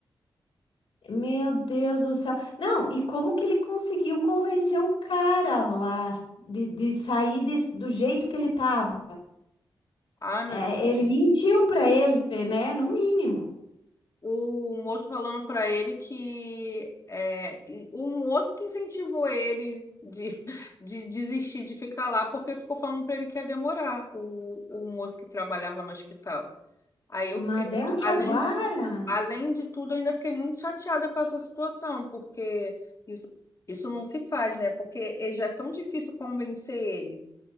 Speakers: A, on the left (about 75°); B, on the left (about 40°).
A: Meu Deus do céu. Não, e como que ele conseguiu convencer o cara lá de, de sair desse- do jeito que ele tava?
B: Ah, meu
A: É,
B: filho.
A: ele mentiu pra ele, né? No mínimo.
B: o moço falando pra ele que é, e o moço que incentivou ele de, <laughs> de desistir de ficar lá, porque ficou falando pra ele que ia demorar, o, o moço que trabalhava no hospital. Aí eu
A: Mas
B: fiquei também,
A: é um jaguara.
B: além, além de tudo, eu ainda fiquei muito chateada com essa situação, porque isso, isso não se faz, né? Porque ele já é tão difícil convencer ele